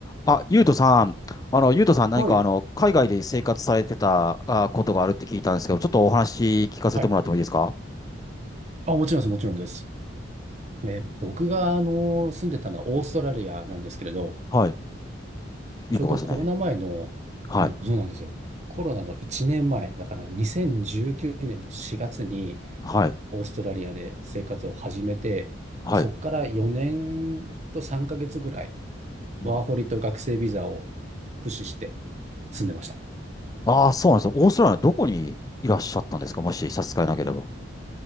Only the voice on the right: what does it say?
はい。
はい。あ、もちろんです、もちろんです。えー僕が、あの、住んでたのはオーストラリアなんですけれど、
ちょうどコロナ前の、
うん、そうなんですよ。コロナの1年前、だから2019年の4月に
オーストラリアで生活を始めて、
そこから4年と3ヶ月ぐらい、
ワーホリと学生ビザを駆使して住んでました。